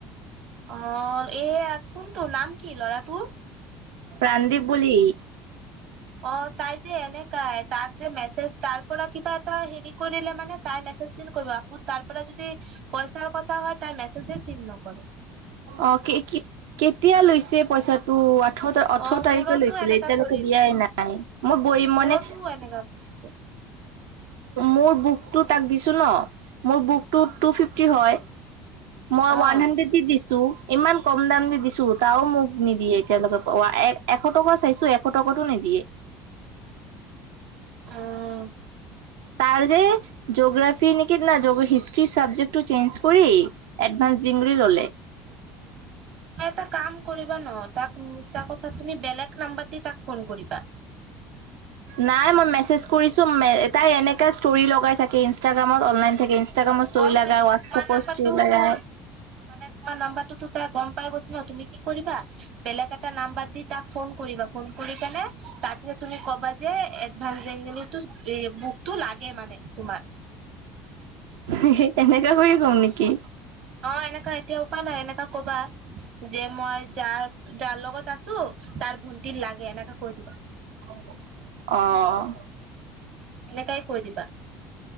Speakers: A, on the right (about 55°); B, on the right (about 75°).
A: অ এয়া কোনটো নাম কি ল'ৰাটোৰ
B: প্ৰাণদীপ বুলি
A: অ তাই যে এনেকাই তাক যে মেছেজ তাৰ পৰা কিবা এটা হেৰি কৰিলে মানে তাই মেছেজ চিন কৰিব আকৌ তাৰ পৰা যদি পইচাৰ কথা হয় তাই মেছেজে চিন নকৰে
B: অ অ কে কেতিয়া লৈছে পইচাটো তো আঠৰ ওঠৰ
A: অ
B: তাৰিখে
A: মোৰতো
B: লৈছিলে
A: এনেকা
B: এতিয়ালৈকে
A: কৰিলে
B: দিয়াই নাই মোৰ বৈ মানে
A: মোৰতো এনেকা কৰিছে
B: মোৰ বুকটো তাক দিছো ন মোৰ বুকটো টু ফিফটি হয় মই
A: অ
B: ৱান হাণ্ড্ৰেড দি দিছো ত ইমান কম দাম দি দিছো তাও মোক নিদিয়ে এতিয়ালৈকে প এ এশ টকা চাইছো এশ টকাতো নিদিয়ে
A: অহ
B: তাৰ যে জঅ'গ্ৰাফি নেকি না হিষ্ট্ৰি চাবজেক্টটো চেঞ্জ কৰি এডভান্সড দিম বুলি ল'লে
A: তুমি এটা কাম কৰিবা ন তাক মিছা কথা তুমি বেলেগ নাম্বাৰ দি তাক ফোন কৰিবা
B: নাই মই মেছেজ কৰিছো এহ তাই এনেকা ষ্টৰি লগাই থাকে ইনষ্টাগ্ৰামত অনলাইন থাকে ইনষ্টাগ্ৰামত ষ্টৰি
A: গম
B: লগায়
A: পাইছো
B: হোৱাটছাপত
A: তোমাৰ নাম্বাৰটোতো
B: ষ্টৰি লগায়
A: মানে তোমাৰ নাম্বাৰটোতো তাই গম পাই গৈছে ন তুমি কি কৰিবা বেলেগ এটা নাম্বাৰ দি তাক ফোন কৰিবা ফোন কৰি কেনে তাৰপিছত তুমি ক'বা যে এডভান্সড বেংগলীটো এহ বুক তো লাগে মানে তোমাৰ
B: এ এই তেনেকা হৈ গ'ল নেকি
A: অ এনেকা এতিয়া উপায় নাই এনেকা ক'বা যে মই যাৰ যাৰ লগত আছো তাৰ ভন্টিৰ লাগে এনেকাে কৈ দিবা
B: অহ
A: এনেকাই কৈ দিবা